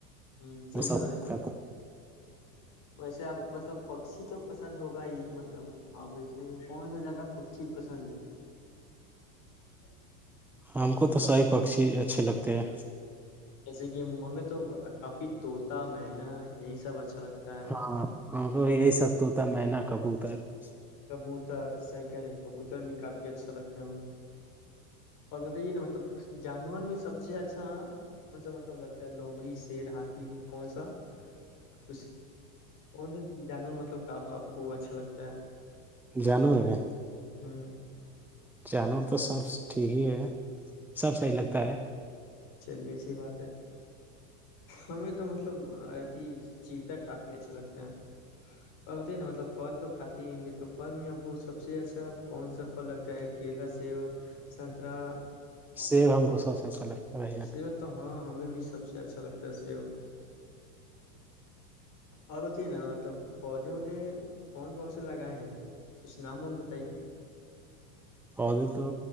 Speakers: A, on the left (about 45°); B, in the centre.
A: ہوں صحی
B: وہ سب
A: کہ رہے ہیں
B: کا
A: <unintelligible> ویسے آپ مطلب پکشی تو پسند ہوگا ہی <unintelligible> مطلب <unintelligible> آپ کو یونورسڑی میں کون سا زیادہ <unintelligible> کون سی چیز پسند ہے <unintelligible>
B: ہم کو تو ساہ پکشی اچھے لگتے ہیں
A: جیسے کہ ہمیں تو کافی طوطا مین یہی سب اچھا لگتا ہے
B: ہاں ہاں کو یہی سب تو تھا میں نہ کبو پرر <unintelligible>
A: کبوتر صحیح کہ کبوتر بھی کافی اچھا لگتا ہے ہم اور مطلب یہ نا مطلب جانور میں سب سے اچھا کون سا مطلب لگتا ہے لومڑی شیر ہاتھی کون سا کچھ کون سا جانور مطلب آپ کو اچھا لگتا ہے
B: جانور میں
A: ہاں
B: جانور تو سب ٹھیک ہی ہے سب صحی لگتا ہے
A: چلیے اچیح بات ہے ہمیں تو مت <unintelligible> کافی اچھا لگتا ہے اور بتائیے نا مطلب پھل تو کھاتے ہی ہوں گے تو پھل میں آپ کو سب سے اچھا کون سا پھل لگتا ہے کیلا سیب سنترا
B: سیب ہم کو سب سے اچھا لگتا ہے بھائی جان
A: س تو ہاں ہمیں بھی سب سے اچھا لگتا ہے سو اور بتے نا مطلب پودے وودے کون کون سے لگائے ہیں اس نام میں ہم بتائیے
B: پودے تو